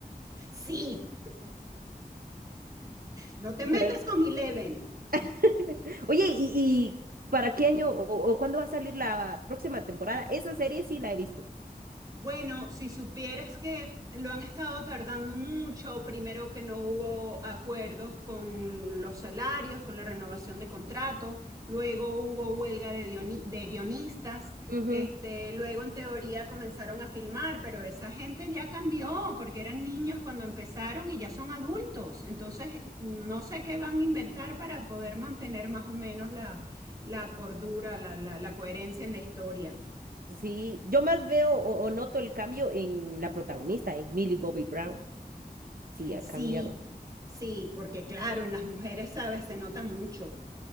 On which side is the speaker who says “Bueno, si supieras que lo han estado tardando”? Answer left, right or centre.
Right